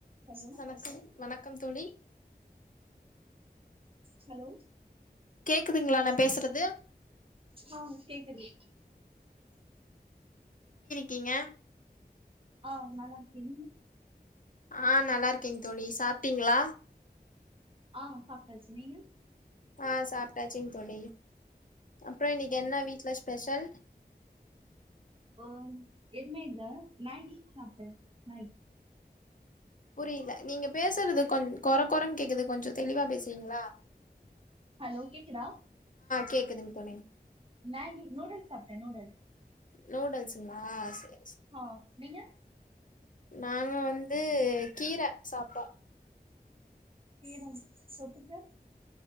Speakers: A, on the right (about 35°); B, on the left (about 50°).
A: ஹலோ
B: வணக்கம் வணக்கம் தோழி
A: ஹலோ
B: கேக்குதுங்களா நா பேசுறது
A: ஆ கேக்குது
B: கீங்க
A: ஆ நல்லாருக்கே
B: ஆ நல்லா இருக்கேங்க தோழி சாப்பிட்டீங்களா
A: ஆ சாப்டாச்சு நீங்க
B: ஆ சாப்பிட்டாச்சிங்க தோழி அப்புறோ இன்னைக்கு என்ன வீட்டு்ல ஸ்பெஷல்
A: ஆ எதுமே இல்ல மேகி சாப்ட்டே மேகி
B: புரியல நீங்க பேசுறது கொஞ் கொர கொரன்னு கேக்குது கொஞ்சம் தெளிவா பேசுரிங்களா
A: ஹலோ கேக்குதா
B: கேக்குதுங் தோழி
A: மேகி நூடுல்ஸ் சாப்ட்டே நூடுல்ஸ்
B: நூடல்ஸ்ங்களா செரி
A: ஆ நீங்க
B: நாங்க வந்து கீர சாப்ட்டோம்
A: கீரம் தொட்டுக்க